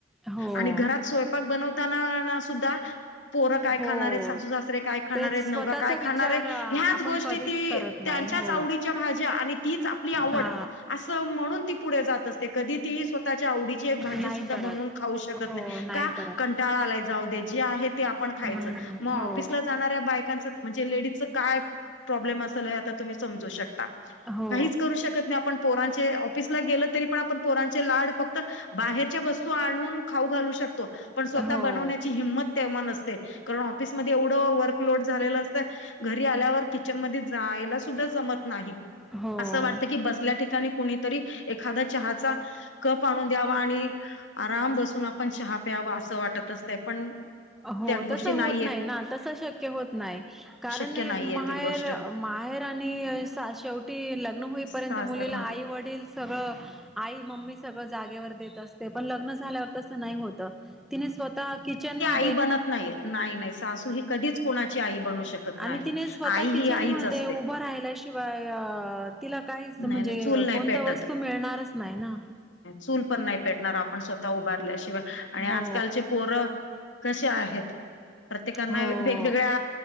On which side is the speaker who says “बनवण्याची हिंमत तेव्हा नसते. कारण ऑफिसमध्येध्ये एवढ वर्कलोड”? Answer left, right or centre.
Left